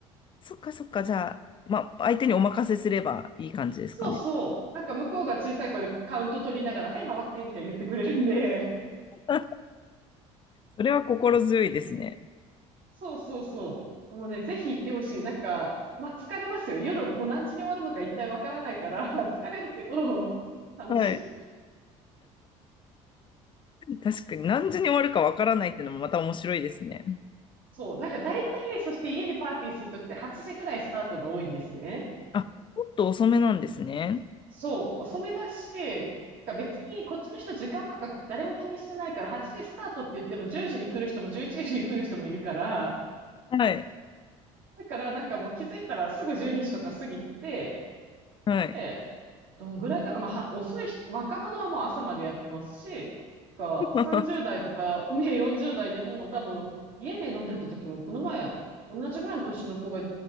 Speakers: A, on the left; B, on the right.
A: そっかそっか。じゃあ、まあ、相手にお任せすればいい感じですかね。
B: そうそう。なんか、向こうが小さい声でカウント取りながら、はい、回って、みたいに言ってくれるんで、
A: <laughs> それは心強いですね。
B: そうそうそう。もうね、ぜひ行ってほしい。なんか、まあ疲れますよ。夜もう何時に終わるのか一体わからないから、<laughs> 疲れるけど、楽しい。
A: はい。確かに何時に終わるかわからないっていうのもまた面白いですね。
B: そう。なんか大体、そして家でパーティーするときって8時ぐらいスタートが多いんですね。
A: あ、ちょっと遅めなんですね。
B: そう。遅めだし、なんか別にこっちの人時間とか誰も気にしてないから、8時スタートって言っても10時に来る人も11時に来る人もいるから、
A: はい。
B: だからなんかもう気づいたらすぐ12時とか過ぎて、
A: はい。
B: でどのぐらいかな、まあ、は遅い人、若者はもう朝までやってますし、か30代とか、
A: <laughs>
B: ね、40代でも多分、家で飲んでた時も、この前、同じぐらいの年の子が、